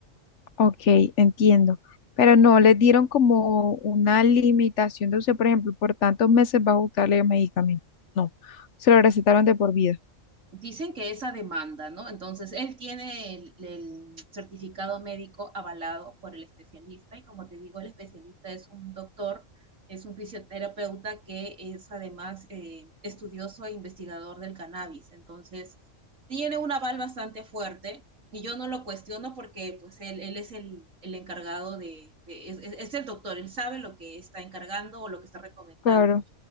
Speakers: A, on the left; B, on the right.
A: ok, entiendo. Pero no, les dieron como una limitación de uso, por ejemplo, por tantos meses va a usarle el medicamento. No, se lo recetaron de por vida.
B: Dicen que esa demanda, ¿no? Entonces, él tiene el, el certificado médico avalado por el especialista y como te digo, el especialista es un doctor, es un fisioterapeuta que es además eh, estudioso e investigador del cannabis. Entonces, tiene un aval bastante fuerte y yo no lo cuestiono porque pues él, él es el, el encargado de, de- es, es es el doctor, él sabe lo que está encargando o lo que está recomendando
A: Claro,